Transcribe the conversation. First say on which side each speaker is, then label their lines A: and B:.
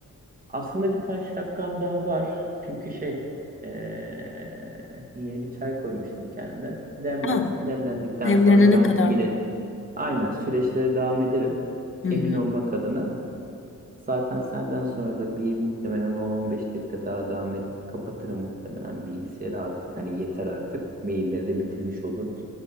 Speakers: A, on the right; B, on the left.
A: aslında birkaç dakikam daha var. Çünkü şey ee, yeni bir çay koymuştum kendime. Demlensin.
B: Ha,
A: Demlendikten
B: demlenene
A: sonra ben
B: kadar.
A: yine aynen süreçlere devam ederim.
B: Hı
A: Emin
B: hı.
A: olmak adına. Zaten senden sonra da bir muhtemelen 10-15 dakika daha devam edip kapatırım muhtemelen bilgisayarı artık. Hani yeter artık. Mailleri de bitirmiş olur.